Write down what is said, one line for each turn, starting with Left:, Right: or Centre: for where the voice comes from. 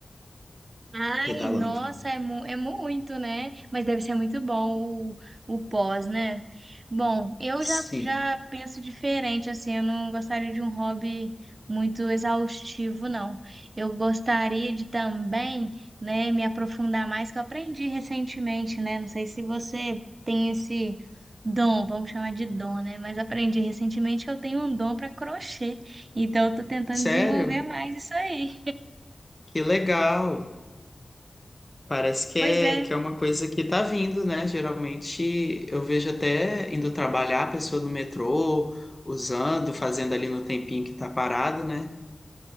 Right: Ai,
Left: pedalando.
Right: nossa, é, mu é muito, né? Mas deve ser muito bom o, o pós, né? Bom, eu
Left: Sim.
Right: já, já penso diferente, assim, eu não gostaria de um hobby muito exaustivo, não. Eu gostaria de também, né, me aprofundar mais, que eu aprendi recentemente, né? Não sei se você tem esse dom, vamos chamar de dom, né? Mas aprendi recentemente que eu tenho um dom para crochê, então eu tô tentando
Left: Sério?
Right: desenvolver mais isso aí.
Left: Que legal! Parece que
Right: Pois
Left: é,
Right: é,
Left: que é uma coisa que tá vindo, né? Geralmente eu vejo até indo trabalhar a pessoa no metrô, usando, fazendo ali no tempinho que tá parado, né?